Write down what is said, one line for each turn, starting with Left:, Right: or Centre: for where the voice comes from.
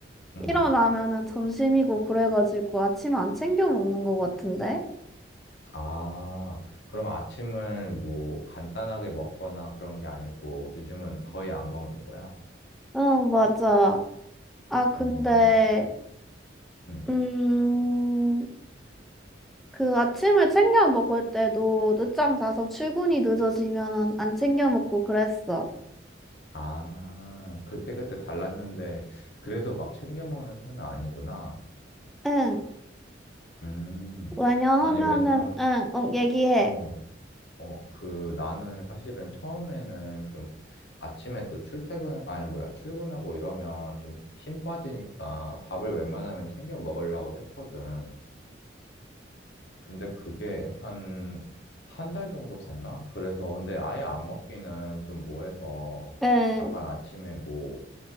Left: 음.
Centre: 일어나면은 점심이고 그래가지고 아침 안 챙겨 먹는 것 같은데?
Left: 아, 그럼 아침을 뭐 간단하게 먹거나 그런 게 아니고 요즘은 거의 안 먹는 거야?
Centre: 응, 맞아. 아, 근데
Left: 음. 음.
Centre: 음, 그 아침을 챙겨 먹을 때도 늦잠 자서 출근이 늦어지면은 안 챙겨 먹고 그랬어.
Left: 아, 그때그때 달랐는데 그래도 막 챙겨 먹는 편은 아니구나.
Centre: 응.
Left: 음,
Centre: 왜냐하면은
Left: 아니, 왜냐면,
Centre: 응, 응, 얘기해.
Left: 어, 어, 그, 나는 사실은 처음에는 좀 아침에 또 출퇴근, 아니, 뭐야, 출근하고 이러면 좀 힘 빠지니까 밥을 웬만하면 챙겨 먹으려고 했거든. 근데 그게 한, 한 달 정도 갔나? 그래서, 근데 아예 안 먹기는 좀 뭐해서
Centre: 응.
Left: 약간 아침에 뭐,